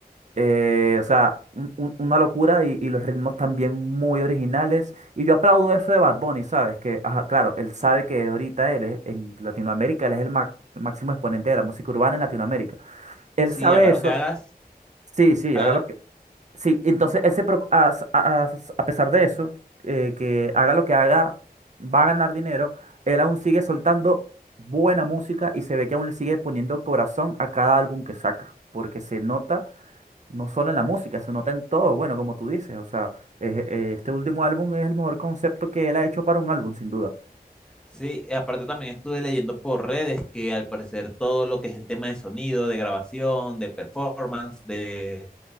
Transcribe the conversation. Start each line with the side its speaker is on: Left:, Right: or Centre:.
Right: eh, o sea, un- un- una locura y, y los ritmos también muy originales. Y yo aplaudo eso de Bad Bunny, ¿sabes? Que, ajá, claro, él sabe que ahorita él es, en Latinoamérica, él es el, ma- máximo exponente de la música urbana en Latinoamérica. Él
Centre: Sí,
Right: sabe
Centre: haga
Right: eso.
Centre: lo que hagas,
Right: Sí, sí,
Centre: haga
Right: hágalo.
Centre: lo
Right: Sí, entonces él se preocu- a, a- a- a pesar de eso, eh, que haga lo que haga, va a ganar dinero, él aún sigue soltando buena música y se ve que aún le sigue poniendo corazón a cada álbum que saca, porque se nota no solo en la música, se nota en todo, bueno, como tú dices, o sea, eh, eh, este último álbum es el mejor concepto que él ha hecho para un álbum, sin duda.
Centre: Sí, y aparte también estuve leyendo por redes que al parecer todo lo que es el tema de sonido, de grabación, de performance, de,